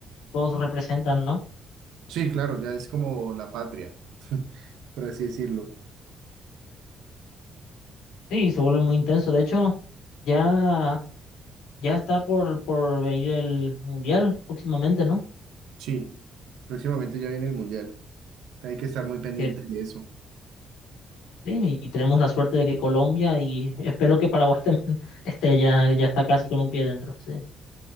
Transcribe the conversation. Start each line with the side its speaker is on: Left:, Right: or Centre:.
Left: todos representan, ¿no?
Right: Sí, claro, ya es como la patria, <laughs> por así decirlo.
Left: Sí, se vuelve muy intenso. De hecho, ya, ya está por, por venir el Mundial próximamente, ¿no?
Right: Sí, próximamente ya viene el mundial. Hay que estar muy pendiente
Left: Que,
Right: de eso.
Left: sí, y tenemos la suerte de que Colombia y <laughs> espero que Paraguay <laughs> también esté ya, ya está casi con un pie dentro. Sí.